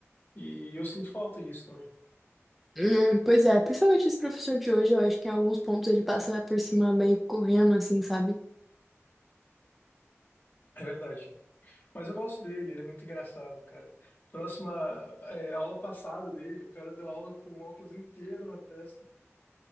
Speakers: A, on the left; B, in the centre.
A: E eu sinto falta disso também.
B: Hum, Pois é, principalmente esse professor de hoje, eu acho que em alguns pontos ele passa por cima meio correndo, assim, sabe?
A: É verdade. Mas eu gosto dele, ele é muito engraçado, cara. Próxima, é, aula passada dele, o cara deu aula com o óculos inteiro na testa.